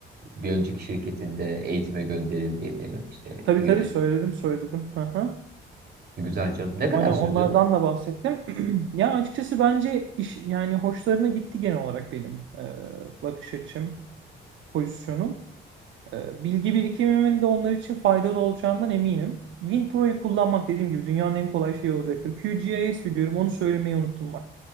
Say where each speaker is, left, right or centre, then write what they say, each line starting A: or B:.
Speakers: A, on the right (about 55°); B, on the right (about 75°).
A: bir önceki şirketinde eğitime gönderildiğini, işte
B: Tabii
A: yöne-
B: tabii söyledim söyledim. <laughs>
A: Güzel canım. Ne kadar
B: Hani onlardan
A: sürdü?
B: da bahsettim. <clears throat> Ya açıkçası bence iş yani hoşlarına gitti genel olarak benim e, bakış açım, pozisyonum. E, bilgi birikimimin de onlar için faydalı olacağından eminim. WinPro'yu kullanmak dediğim gibi dünyanın en kolay şeyi olacaktır. QGIS biliyorum onu söylemeyi unuttum bak.